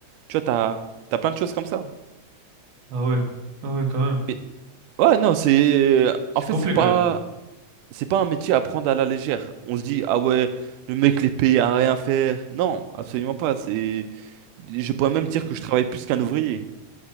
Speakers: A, on the right (about 80°); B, on the right (about 45°).
A: Tu vois, t'as, t'as plein de choses comme ça.
B: Ah ouais, ah ouais, quand même.
A: Mais ouais, non, c'est
B: C'est
A: en fait
B: complet
A: c'est pas
B: quand même.
A: c'est pas un métier à prendre à la légère. On se dit ah ouais, le mec les paye à rien faire. Non, absolument pas. C'est je pourrais même
B: Ça
A: dire
B: te-
A: que je travaille plus qu'un ouvrier.